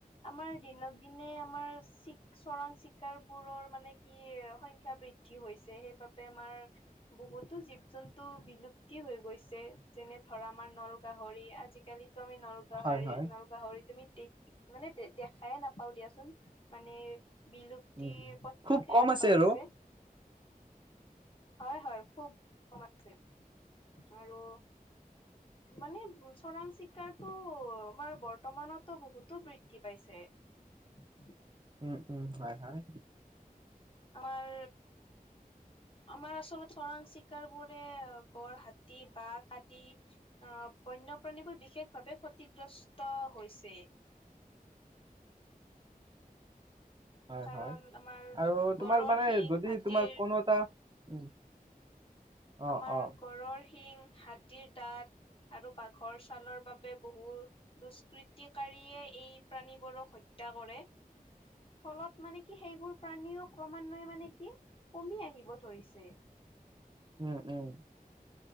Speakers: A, on the left (about 35°); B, on the right (about 30°).
A: আমাৰ দিনক দিনে আমাৰ চ চৰাং চিকাৰ বোৰৰ মানে কি সংখ্যা ব বৃদ্ধি হৈছে স বাবে আমাৰ বহুতো জীৱ জন্তু বিলুপ্তি হৈ গৈছে যেনে ধৰা আমাৰ নল ন গাহৰি আজিকালিতো আমি নল গাহৰী
B: হয় হয়
A: নলগাহৰি তুমি দে মানে দেখাই নাপাও দিয়াচোন মানে। বিলুপ্তিৰ
B: উম
A: পথতে
B: খুব কম
A: আগবাঢ়িছে।
B: আছে আৰু
A: হয় হয় খুব কম আছে আৰু মানে চোৰাং চিকাৰটো আমাৰ বৰ্তমানতো বহুতো বৃদ্ধি পাইছে। <inaudible> <unintelligible>
B: উম উম হয় হয়
A: আমাৰ আমাৰ আচলত চিৰাং চিকাৰী বোৰে গড়, হাতী, বাঘ আদি আহ বন্যপ্ৰাণীবোৰ বিশেষভাৱে ক্ষতিগ্ৰস্ত হৈছে। <inaudible>
B: হয়
A: কাৰণ
B: হয়
A: আমাৰ
B: আৰু
A: গড়ৰ
B: তোমাৰ মানে
A: শিং,
B: যদি
A: হাতীৰ
B: তোমাৰ কোনো এটা উম অ
A: আমাৰ
B: অ
A: গড়ৰ শিং, হাতীৰ দাঁত আৰু বাঘৰ ছালৰ বাবে বহু দুষ্কৃতিকাৰীয়ে এই প্ৰাণীবোৰক হত্যা হত্যাকৰে। ফলত মানে কি সেইবোৰ প্ৰাণীও ক্ৰমান্বয়ে মানে কি কমি আহিব ধৰিছে উ <unintelligible>
B: উম উম